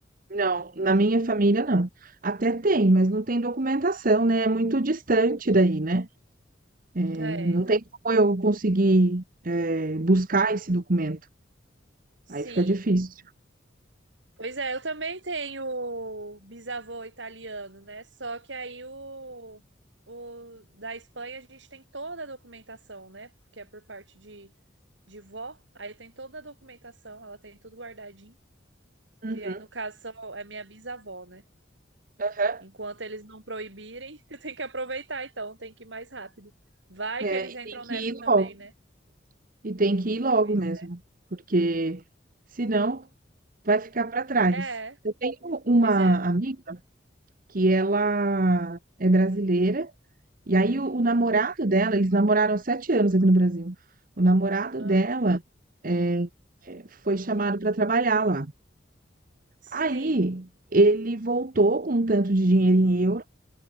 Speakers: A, on the right (about 50°); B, on the right (about 75°).
A: Não, na minha família não. Até tem, mas não tem documentação, né? É muito distante daí, né? É,
B: É,
A: não tem como eu conseguir, eh, buscar esse documento.
B: sim.
A: Aí fica difícil.
B: Pois é, eu também tenho bisavô italiano, né? Só que aí o, o da Espanha a gente tem toda a documentação, né? Porque é por parte de, de vó, aí tem toda a documentação, ela tem tudo guardadinho.
A: Uhum,
B: Que aí, no caso, são, é minha bisavó, né?
A: aham.
B: Enquanto eles não proibirem, <laughs> tem que aproveitar, então, tem que ir mais rápido. Vai
A: É,
B: que eles
A: e
B: entram
A: tem que
B: nessa
A: ir
B: também,
A: logo.
B: né?
A: E tem que ir logo
B: Pois
A: mesmo,
B: é.
A: porque senão vai ficar para trás.
B: É,
A: Eu tenho uma
B: pois é.
A: amiga que ela é brasileira, e aí o, o namorado dela, eles namoraram sete anos aqui no Brasil. O namorado
B: Ah,
A: dela eh, eh, foi chamado para trabalhar lá.
B: sim.
A: Aí ele voltou com um tanto de dinheiro em euro,